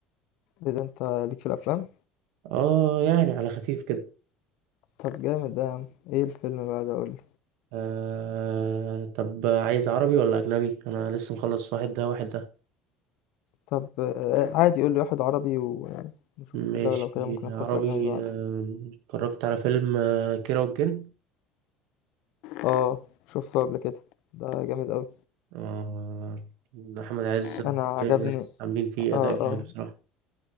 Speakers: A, on the left; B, on the right.
A: ايه ده انت ليك في الافلام
B: اه يعني على خفيف كده
A: طب جامد ده يا عم ايه الفيلم بقى ده قولي
B: آه طب عايز عربي ولا اجنبي انا لسه مخلص واحد ده واحد ده
A: طب آه، عادي قولي واحد عربي ونشوف
B: ماشي
A: كده ولو كده ممكن
B: عربي
A: ادخل في الاجنبي بعد
B: آه، اتفرجت على فيلم آه كيرة والجن
A: اه شفته قبل كده ده جامد قوي
B: آه احمد عز
A: انا عجبني
B: عاملين فيه
A: اه اه
B: اداء جامد بصراحه